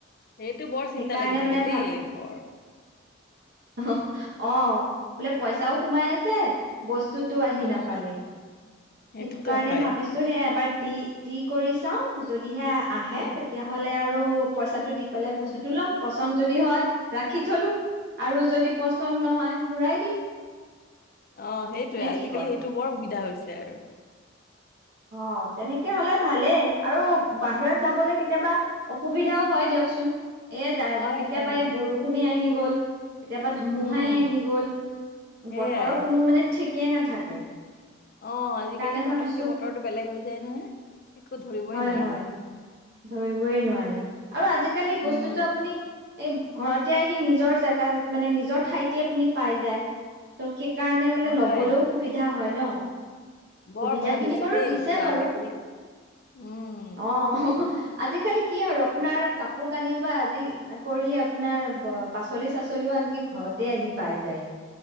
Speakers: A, on the left; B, on the right.
A: সেইটো বৰ
B: সেইকাৰণে
A: চিন্তা লাগি থাকে
B: মানে
A: দেই
B: ভাব
A: ব'ৰ।
B: <unintelligible> অ'। বোলে পইচাও
A: উম,
B: সোমাই আছে। চে বস্তুত টো আহি
A: উম,
B: নাপালেহি,
A: সেইটোতো
B: সেইটো কাৰণে
A: হয়
B: ভাবিছো সে এবাৰ দি, দি কৰি চাও যদিহে আ আহে,
A: উম,
B: তেতিয়াহ'লে আৰু ব্ৰ, পইচাটো দিবি পালে বস্তুটো
A: উম,
B: লম পচ যদি হয় ৰাখি থলো আৰু যদি পচন্দ নহয় ঘূৰাই দিম,
A: অ সেইটোৱে
B: নে
A: আজিকালি
B: কি কয়?
A: সেইটো বৰ সুবিধা দিগদাৰ হৈছে আৰু।
B: অ', তেনেকে হ'লে ভালেই আৰু বাহিৰত যাবলৈ কেতিয়াবা অসুবিধাও হয় দিয়কচোন। এজা,
A: হয়
B: কেতিয়াবা
A: হয়
B: এই
A: হয়
B: বৰষুনেই আহি গ'ল। কেতিয়াবা ধুমুহাই
A: উম
B: আহি গ'ল,
A: সেয়াই
B: বতৰৰ কোনো মানে ঠিক একে নাথাকে।
A: অ', আজিকালি
B: সেইকাৰণে ভাবিছো
A: পতককে বতৰটো বেলেগ হৈ যায় নহয় একো ধৰিবই
B: হয়
A: নোৱাৰি।
B: হয় ধৰিবই নোৱাৰি আৰু আজিকালি বস্তুটো
A: উম।
B: আপুনি এই ঘৰতে আহি নিজৰ জাগাত মানে নিজৰ ঠাইতে আপুনি পাই যায় ত' সেইকাৰণে বোলে
A: হয়
B: ল'বলৈও সুবিধা হয়। ন?
A: বৰ
B: সুবিধা
A: ভাল
B: খিনি
A: হৈছে
B: বাৰু
A: দেই
B: দিছে
A: এইটো
B: বাৰু
A: আজিকালি। উম।
B: অ আজিকালি কি আৰু আপোনাৰ
A: উম,
B: কাপোৰ কানি বা আজি কৰি আপোনাৰ পাচলি চাচলিও আনকি ঘৰতে আহি পাই যায়হি।